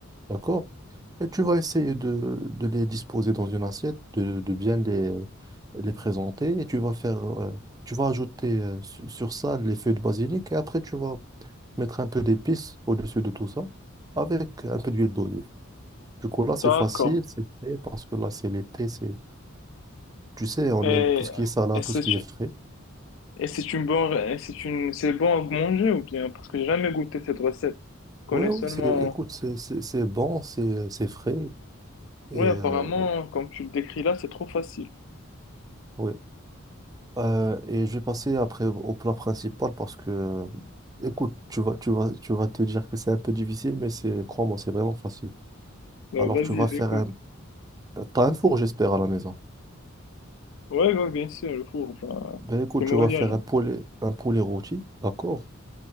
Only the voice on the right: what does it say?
D'accord? Et tu vas essayer de, de les disposer dans une assiette, de, de bien les, les présenter. Et tu vas faire, euh, tu vas ajouter euh, su- sur ça les feuilles de basilic. Et après, tu vas mettre un peu d'épices au-dessus de tout ça avec un peu d'huile d'olive. Du coup, là, c'est
facile, c'est frais parce que là, c'est l'été. c'est Tu sais, on
aime tout ce qui est salade,
tout ce qui est frais.
Ouais, ouais,
c'est... écoute, c'est c'est- c'est bon, c'est c'est frais.
Et euh,
ouais. Euh, et je vais passer après au au plat principal parce que, écoute, tu vas, tu vas, tu vas te dire que c'est un peu difficile, mais c'est, crois-moi, c'est vraiment facile.
Alors,
tu vas faire
un... T'as un four, j'espère, à la maison.
Ben écoute,
tu vas faire un poulet, un poulet rôti, d'accord?